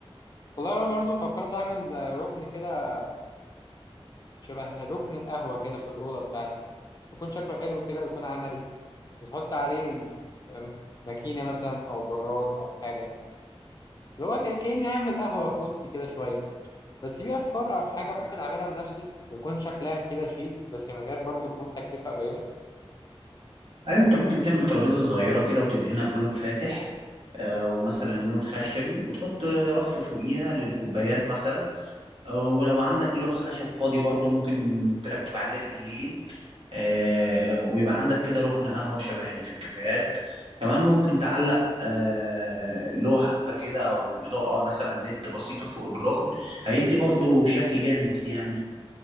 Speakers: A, on the left (about 40°); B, on the right (about 65°).
A: والله انا برضو فكرت اعمل آه، ركن كده شبه ركن القهوة كده في الأوضة بتاعتي يكون شكله حلو كده ويكون عملي وتحط عليه م- م- ماكينة مثلا او براد او حاجة اللي هو كأ- كأني اعمل قهوة في أوضتي كده شوية بس في افكار او حاجة ممكن اعملها بنفسي ويكون شكلها كده شيك بس من غير برضو تكون تكلفة قليلة
B: ايوه انت ممكن تعمل ترابيزه صغيره كده وتدهنها بلون فاتح آه، ومثلا لون خشبي وتحط رف فوقيها للكوبايات مثلا آه، ولو عندك لوح خشب فاضي برضو ممكن تركب عليه رجلين آه، ويبقى عندك كده ركن قهوه شبه اللي في الكافيهات كمان ممكن تعلق آه، لوحه كده او اضاءه مثلا ليد بسيطه فوق الركن هيدي برضو شكل جامد يعني